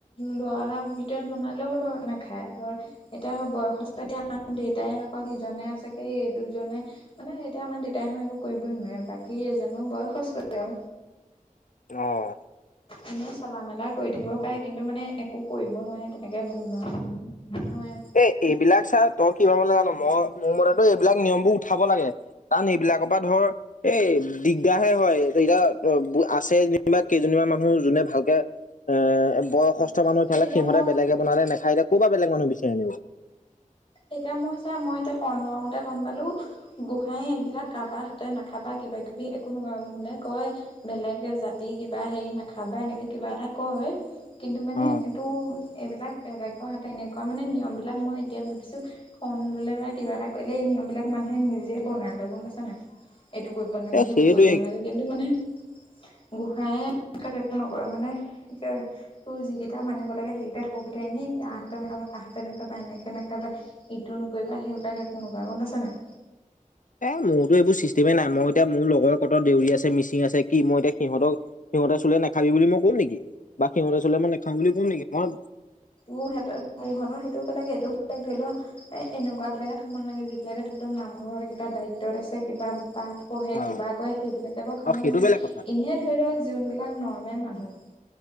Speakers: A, on the left; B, on the left.
A: লোৱাৰ ভিতৰত বনালেও ধৰ নাখায় ধৰ এতিয়া বয়সস্থ দিয়া দেউতাই অকল ইজনে আছে কি এই দুজনে মানে এতিয়া আমাৰ দেউতাই হা একো কৰিবই নোৱাৰে বাকী যেনো বয়সস্থ তেওঁ
B: অ
A: এনেই চলা মেলা কৰি থাকিব পাৰে কিন্তু মানে একো কৰিব নোৱাৰে তেনেকে <inaudible> নোৱাৰে
B: এ এইবিলাক ছা তই কি ভাবোঁ নাজানো মই মোৰ মতেতো এইবিলাক নিয়মবোৰ উঠাব লাগে। কাৰণ এইবিলাকৰ পৰা ধৰ এই দিগদাৰহে হয়, এতিয়া আছে যেনিবা কেইজনীমান মানুহ যোনে ভালকে - এ বয়সস্থ
A: অ
B: মানুহ ইফালে
A: এই এতিয়া
B: সিহঁতে
A: মই
B: বেলেগে বনালে নাখাই এতিয়া কৰ পৰা বেলেগ মানুহ বিচাৰি আনিম।
A: এতিয়া মই চোৱা মই এতিয়া শৰণ ল‌ওঁতে গম পালো। গোঁসাই এইবিলাক কাৰাবাৰ হাতেৰে নাখাবা, কিবা-কিবি একো নকয় বোলে, কয়। বেলেগ জাতি কিবা হেৰি নাখাবা এনেকে কিবা এটা কয়। কিন্তু মানে
B: অ।
A: এইটো এইবিলাক বেলেগৰ হাতে এনেকুৱা মানে নিয়মবিলাক মই এতিয়া ভাবিছোঁ - শৰণ ললে বা কিবা এটা কৰিলে এই নিয়মবিলাক মানুহে নিজে বনাই গম পাইছা নাই। এইটো কৰিব নালাগে,
B: এ
A: সেইটো
B: সেইটোৱে
A: কৰিব নালাগে, কিন্তু মানে গোঁসইয়ে এইবিলাক একো নকয়, মানে - তোৰ যিকেইটা মানিব লাগে সেইকেইটা কৈ পঠাই, এনেই এনেই আঁহতৰ মানে - তাহাঁতে এনেকুৱা বা এনেকে নখাবা ইটো নকৰিবা সেইবিলাকে একো নকয় গম পাইছা নাই।
B: এ মোৰতো এইবোৰ চিষ্টেমে নাই মই এতিয়া মোৰ লগৰ কত দেউৰী আছে, মিচি আছে, কি মই এতিয়া সিহঁতক সিহঁতে চুলে নাখাবি বুলি মই ক'ম নেকি বা সিহঁতে চুলে মই নাখাম বুলি ক'ম নেকি, মই
A: তোৰহঁত তোহঁতৰ সেইটো বেলেগ এইটোও বেলেগ ধৰি ল- এ এনেকুৱা বিলাকে খাব ন লাগে যিবিলাকে ধৰি লওক নামঘৰৰ কিবা দায়িত্বত আছে কিবা পাঠ - পঢ়ে
B: অ
A: কিবা কয় সেইবিলাকে বাৰু খাব
B: অ
A: নালাগে,
B: সেইটো বেলেগ কথা
A: এনেই ধৰি ল যোনবিলাক নৰ্মেল মানুহ